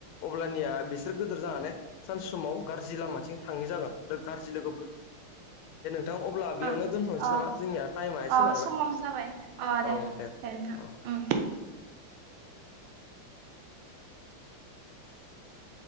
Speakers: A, on the left; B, on the right.
A: अब्लानिया बिसोर गोदोर जानानै सान समाव गाज्रि लामाथिं थांयि जागोन लोग नोंथां अब्ला
B: अ
A: बेयावनो दोनथ'नोसै
B: अ
A: नामा जोंनिया टाइमा एसे
B: अ
A: बारबाय
B: समाबो जाबाय अ
A: औ दे
B: नोंथां
A: औ
B: उम।
A: <unintelligible>